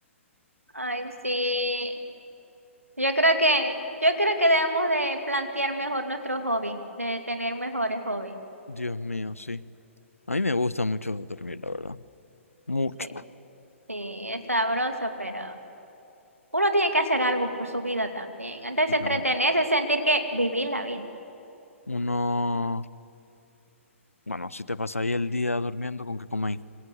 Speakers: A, on the right; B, on the left.
A: Ay, sí. Yo creo que, yo creo que debemos de plantear mejor nuestros hobbies, de tener mejores hobbies.
B: Dios mío, sí. A mí me gusta mucho dormir, la verdad. Mucho.
A: Sí, sí, es sabroso, pero uno tiene que hacer algo por su vida también. Antes de entretenerse,
B: No,
A: sentir que vivir la vida.
B: Uno, bueno, si te pasa ahí el día durmiendo, ¿con qué coméis?